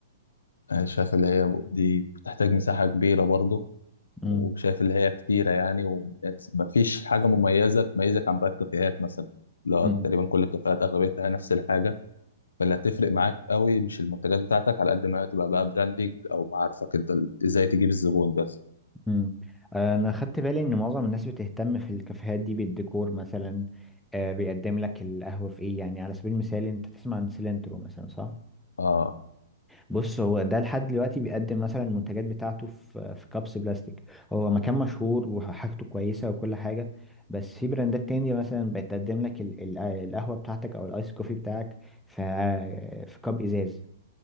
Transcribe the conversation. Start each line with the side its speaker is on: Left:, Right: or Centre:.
Left: آه، شايف اللي هي دي بتحتاج مساحه كبيره برضه
Centre: امم
Left: وشايف اللي هي كتيره يعني ومفيش حاجه مميزه تميزك عن باقي الكافيهات مثلا لا
Centre: امم
Left: تقريبا كل الكافيهات اغلبيتها نفس الحاجه فاللي هتفرق معاك قوي مش المنتجات بتاعتك على قد ما تبقى بقى براندنج او معارفك انت ازاي تجيب الزبون بس
Centre: امم انا خدت بالي ان معظم الناس بتهتم في الكافيهات دي بالديكور مثلا آه، بيقدم لك القهوة في ايه يعني على سبيل المثال انت تسمع عن سيلنترو مثلا صح
Left: اه
Centre: بص هو ده لحد دلوقتي بيقدم مثلا المنتجات بتاعته في في كابس بلاستيك هو مكان مشهور وحاجته كويسة وكل حاجة بس في براندات تانية مثلا بتقدم لك ال- ال- القهوة بتاعتك أو الآيس كوفي بتاعك في في كاب إزاز